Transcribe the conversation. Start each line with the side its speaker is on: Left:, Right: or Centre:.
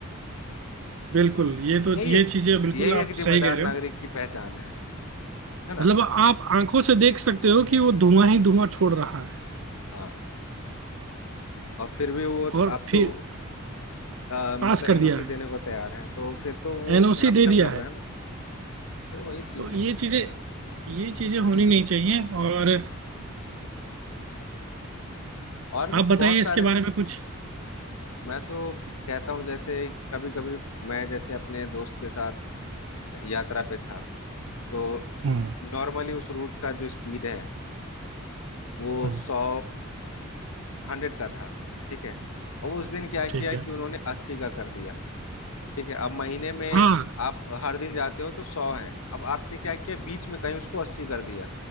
Right: बिल्कुल ये तो
Left: यही
Right: ये
Left: एक
Right: चीजें बिल्कुल
Left: यही
Right: आप
Left: एक जिम्मेदार
Right: सही कह रहे हो
Left: नागरिक की पहचान है है ना
Right: मतलब आप आंखों से देख सकते हो कि वो धुआं ही धुआं छोड़ रहा है
Left: हाँ और फिर भी वो
Right: और
Left: आपको
Right: फिर
Left: अ, मतलब
Right: पास कर
Left: एनओसी
Right: दिया है
Left: देने को तैयार हैं तो फिर तो वो
Right: एनओसी
Left: करप्शन
Right: दे दिया
Left: कर रहे
Right: है
Left: हैं ना फिर वही चीज
Right: तो ये
Left: है
Right: चीजें ये चीजें होनी नहीं चाहिए और
Left: और भी
Right: आप बताइए
Left: बहुत
Right: इसके
Left: सारे
Right: बारे में कुछ
Left: मैं तो कहता हूँ जैसे कभी कभी मैं जैसे अपने दोस्त के साथ यात्रा पे था तो
Right: हम्म
Left: नॉर्मली उस रूट का जो स्पीड है वो
Right: हम्म
Left: सौ हंड्रेड का था ठीक है और उस दिन क्या किया
Right: ठीक है
Left: कि उन्होंने अस्सी का कर दिया ठीक है अब महीने में
Right: हाँ
Left: आप हर दिन जाते हो तो सौ है अब आपने क्या किया बीच में कहीं उसको अस्सी कर दिया